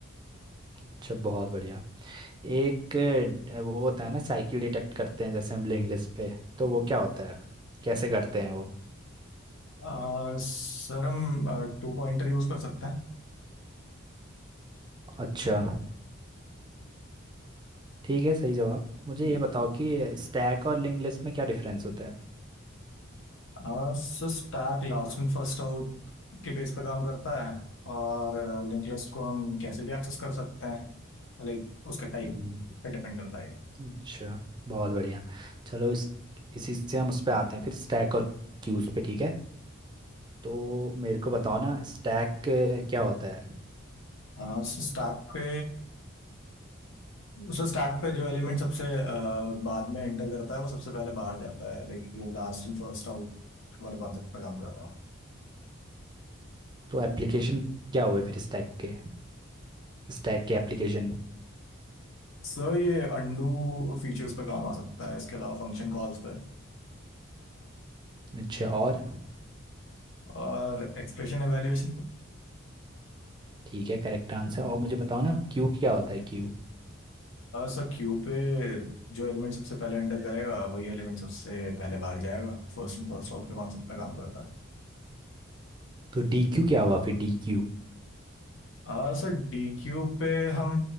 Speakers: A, on the right (about 20°); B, on the left (about 65°).
A: अच्छा बहुत बढ़िया एक अ, वो होता है ना साइकिल डिटेक्ट करते हैं जैसे हम ब्लिंक लिस्ट पे तो वो क्या
B: जी।
A: होता है कैसे करते हैं वो
B: आ, सर हम टू पॉइंटर यूज कर सकते हैं
A: अच्छा ठीक है सही जवाब मुझे
B: जी
A: ये बताओ कि स्टैक और लिंक लिस्ट में क्या डिफरेंस होता है
B: आ, Sir stack last in first out के बेस पे काम करता है और लिंक लिस्ट को हम कैसे भी एक्सेस कर सकते हैं लाइक उसका टाइप
A: हम्म,
B: पे डिपेंड करता है
A: अच्छा बहुत बढ़िया चलो इस इसी से हम उस पे आते हैं फिर स्टैक और क्यूज पे ठीक है तो मेरे को बताओ ना स्टैक क्या होता है
B: हाँ सर स्टैक पे सो स्टैक पे जो एलिमेंट सबसे अ, बाद में एंटर करता है वो सबसे पहले बाहर जाता है लाइक ये लास्ट इन फर्स्ट आउट वाले कॉन्सेप्ट पर काम करता है
A: तो एप्लीकेशन क्या हुए फिर स्टैक के स्टैक के एप्लीकेशन
B: सो ये अंडू फीचर्स पर काम आ सकता है इसके अलावा फंक्शन कॉल्स पे
A: अच्छा और
B: और एक्सप्रेशन एवेल्यूएशन
A: ठीक है करेक्ट आंसर और मुझे बताओ ना क्यू क्या होता है क्यू
B: सो क्यू पे जो एलिमेंट सबसे पहले एंटर करेगा वही एलिमेंट सबसे पहले बाहर जाएगा फर्स्ट इन फर्स्ट आउट के कॉन्सेप्ट पे काम करता
A: तो डी क्यू क्या हुआ फिर डी क्यू
B: है सर डी क्यू पे हम